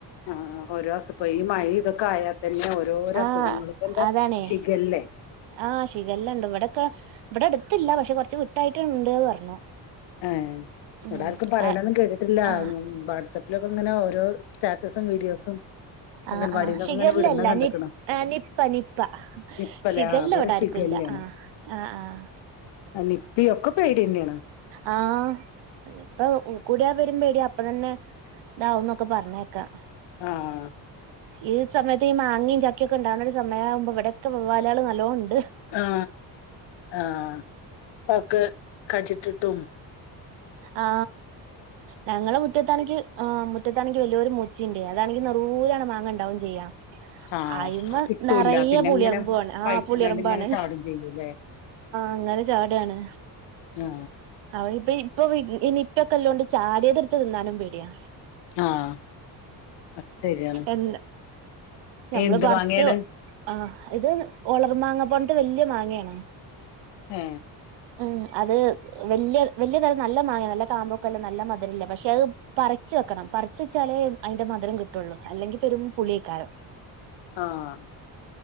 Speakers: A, on the left; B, on the right.
A: ആഹഓ വസം പോയി ഈ മഴ ഇതൊക്കെ ആയാ തന്നെ ഓരോരോ
B: ആഹ്
A: അസുഖങ്ങൾ ഇപ്പൊ എന്താ
B: അതാണേ
A: ശിഗല്ലേ
B: ആഹ് ശിഖല്ല ഉണ്ട് ഇവിടെക്കെ ഇവിടെ അടുത്തില്ല പക്ഷെ കൊറച്ച് കിട്ടായിട്ട്ണ്ട്ന്ന് പറഞ്ഞു
A: ആഏ ഇവിടെർക്കും
B: ഉം
A: പറയണന്നും
B: ആഹ്
A: കേതിട്ടില്ല
B: ആഹ്
A: വാട്സആപ്പിലൊക്കെ ഇങ്ങനെ ഓരോ സ്റ്റാറ്റസും വീഡിയോസും അംഗൻവാടിന്നൊക്കെ
B: ആ ആ ശിഗല്ലല്ല
A: ഇങ്ങനെ വിടുന്ന കണ്ട്ക്ക്ണ്
B: നി നിപ്പ നിപ്പ
A: നിപ്പല്ലേ
B: ശിഖല്ല
A: ആ ഇവിടെ
B: ഇവിടെർക്കുംല്ല
A: ശിഖല്ലേണ്
B: ആ ആഹ് ആഹ്
A: അ നിപ്പ ഒക്കെ പേഡിയ തന്നെയാണ്
B: ആ ഇപ്പൊ കൂടിയാ വരുമ്പ പേട അപ്പൊ തന്നെ ഇതാവന്നൊക്കെ പറഞ്ഞേക്കാം
A: ആഹ്
B: ഈ സമയത്ത് ഈ മാങ്ങയും ചക്കൊക്കെണ്ടാവുന്ന ഒരു സമയമാവുമ്പോ ഇവിടെയൊെവ്ലാല ആൾ നല്ലോണ്ട്
A: ആ ആ പക്ക് കഴിച്ചിട്ടിട്ടും
B: ആ ഞങ്ങളെ മുറ്റത്താണക്ക് ആ മുറ്റത്താണക്ക് വലിയരു ച്ചി അതാണെങ്കി നറൂല ആണ് മാങ്ങ ഉണ്ടാവും ചെയ്യാം
A: ആഹ്
B: അയിമ
A: കിട്ടൂല്ല
B: നിറയ
A: പിന്നെ
B: പുളിയറമ്പുണ്
A: ഇങ്ങനെ
B: ആ
A: പയറ്റിങ്ങാണ്ട്
B: പുളിയറമ്പാണ്
A: ഇങ്ങനെ ചാടും ചെയ്യൂല്ലേ
B: അങ്ങനെ ചാടണ്
A: ആ
B: അവപ്പ ഇപ്പൊ ഇനി ഇപ്പൊക്കെ എല്ലോണ്ട് ചാടിയതെടുത്ത് തിന്നാനും പേടിയാ
A: ആഹ് അത് ശരിയാണ്
B: എന്ത ഞമ്മള്
A: എന്ത്
B: പറച്ച്
A: മാങ്ങേണ്
B: ആ ഇത് ഒളർ മാങ്ങ പോണട്ട് വല്യ മാങ്ങാണ്
A: ആ
B: ഉം അത് വല വലിയ തരം നല്ല മാങ്ങ നല്ല താമ്പൊക്കല്ല നല്ല മധുരല്ല പക്ഷെ അത് പറിച്ച് വെക്കണം പറിച്ച് വെച്ച ലേ അയിന്റെ മധുരം കിട്ടുള്ളു അല്ലെങ്കി പെരും പുളിയേക്കാരം
A: ആഹ്